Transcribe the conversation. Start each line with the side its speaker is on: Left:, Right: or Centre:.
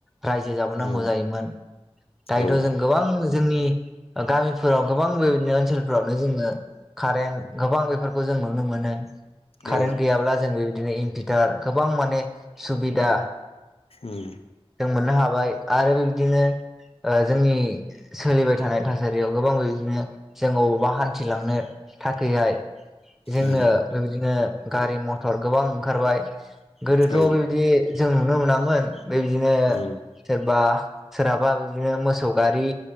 Centre: रायजो जाबोनांगौ
Left: उम
Centre: जायोमोन दायोथ'
Left: औ
Centre: जों गोबां जोंनि गामिफोराव गोबां बे बायदिनो ओनसोलफोरावनो जोङो कारेन्ट गोबां बे फोरखौ जों नुनो मोनो खारें
Left: औ
Centre: गैया ब्ला‌ जों बिदिनो इनफिटार गोबां माने सुबिदा
Left: उम
Centre: जों मोननो हाबाय आरो बिबदिनो ओ जोंनि सोलिबाय थानाय थासारियाव गोबां बिदिनो जों बबावबा हान्थिलांनो थाखायहाय जोङो
Left: उम
Centre: बे बायदिनो गारि मथर गोबां ओंखारबाय गोदोथ' बे
Left: औ
Centre: बायदि जों नुनो मोनामोन बे बायदिनो
Left: उम
Centre: सोरबा सोरहाबा बिदिनो मोसौ गारि